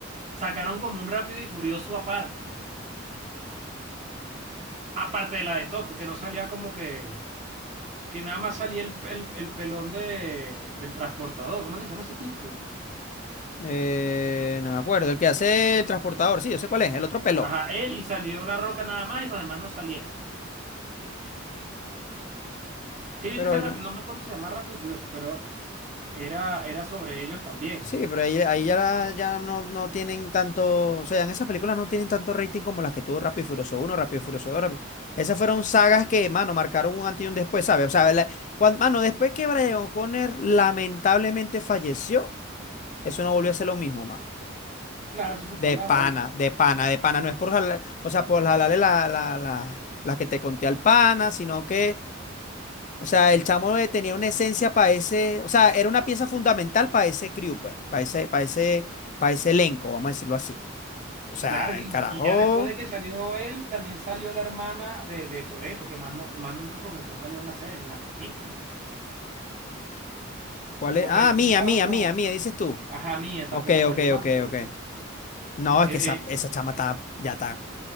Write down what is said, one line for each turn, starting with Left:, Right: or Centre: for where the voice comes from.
Right: Sacaron como un Rápido y Furioso aparte, aparte de la de Tokio, que no salía como que, que nada más salía el, el- el pelón de, del transportador, ¿cómo es que se llama ese tipo?
Left: Eh, no me acuerdo. El que hace el transportador, sí, yo sé cuál es. El otro peló.
Right: Ajá, él y salió La Roca nada más y los demás no salieron. Sí, viste
Left: Pero
Right: ese rápido,
Left: ya.
Right: no me acuerdo si se llama Rápido y Furioso, pero era, era sobre ellos también.
Left: Sí, pero ahí, ahí ya, la- ya no, no tienen tanto. O sea, en esas películas no tienen tanto rating como las que tuvo Rápido y Furioso uno Rápido y Furioso dos Rápido- Esas fueron sagas que, mano, marcaron un antes y un después, ¿sabes? O sea, la- cuan- mano, después que Brian O'Connor lamentablemente falleció, eso no volvió a ser lo mismo, mano.
Right: Claro, eso se fue
Left: De
Right: a la
Left: pana,
Right: verga.
Left: de pana, de pana. No es por jalar- o sea, por jalarle la, la, la, las que te conté al pana, sino que. O sea, el chamo eh, tenía una esencia para ese, o sea, era una pieza fundamental para ese crew, pues, para ese, para ese, para ese elenco, vamos a decirlo así. O sea,
Right: Claro, y,
Left: el carajo,
Right: y ya después de que salió él, también salió la hermana de, de Toretto, que más, no, más nunca comenzó a salir en la serie, en las películas.
Left: ¿cuál
Right: Porque
Left: es? Ah,
Right: como,
Left: mía,
Right: ah,
Left: mía,
Right: bueno,
Left: mía, mía, dices tú.
Right: ajá, mía,
Left: Ok,
Right: tampoco salió
Left: ok,
Right: más,
Left: ok,
Right: que yo recuerdo.
Left: ok. No,
Right: Eh,
Left: es que esa,
Right: eh,
Left: esa chama está, ya está